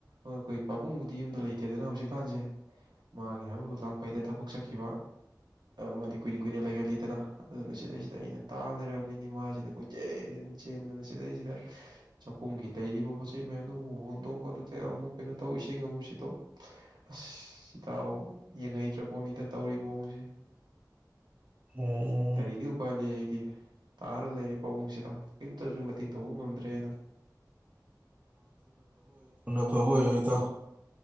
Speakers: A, on the right; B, on the right.
A: ꯑꯩꯈꯣꯏ ꯄꯥꯕꯨꯡꯕꯨꯗꯤ ꯌꯨꯝꯗ ꯂꯩꯇꯦꯗꯅ ꯍꯧꯖꯤꯛꯀꯥꯟꯁꯦ ꯃꯥꯒꯤ ꯍꯥꯏꯕꯕꯨ ꯂꯥꯡꯐꯩꯗ ꯊꯕꯛ ꯆꯠꯈꯤꯕ ꯃꯥꯗꯤ ꯀꯨꯏꯅ ꯀꯨꯏꯅ ꯂꯩꯒꯜꯂꯤꯗꯅ ꯑꯗꯨꯅ ꯁꯤꯗꯩꯁꯤꯗ ꯑꯩꯅ ꯇꯥ ꯂꯩꯔꯕꯅꯤꯅꯤ ꯃꯥꯁꯤꯅ ꯀꯣꯏꯆꯦꯟ ꯆꯦꯟꯗꯅ ꯁꯤꯗꯩꯁꯤꯗ ꯆꯥꯛꯈꯨꯝꯒꯤ ꯂꯩꯔꯤꯕ ꯄꯣꯠ ꯆꯩꯩ ꯃꯌꯥꯝꯗꯨ ꯑꯃꯨꯛ ꯍꯣꯟꯗꯣꯛ ꯑꯗꯨꯗ ꯑꯃꯨꯛ ꯀꯩꯅꯣ ꯇꯧ ꯏꯁꯤꯡ ꯑꯃꯨꯛ ꯁꯤꯠꯇꯣꯛ ꯑꯁ ꯁꯤꯇꯥꯎ ꯌꯦꯡꯍꯩꯗ꯭ꯔ ꯄꯣꯠꯅꯤꯗ ꯇꯧꯔꯤꯕ ꯃꯑꯣꯡꯖꯦ
B: ꯎꯝ
A: ꯀꯔꯤꯗꯤ ꯎꯥꯏ ꯂꯩ ꯑꯩꯗꯤ ꯇꯥꯔ ꯂꯩꯔꯤ ꯄꯥꯕꯨꯡꯁꯤꯗ ꯀꯔꯤꯝꯇꯁꯨ ꯃꯇꯦꯡ ꯇꯧꯕ ꯉꯝꯗ꯭ꯔꯦꯅ
B: ꯑꯐꯕ ꯑꯣꯏꯗꯣꯏꯗꯣ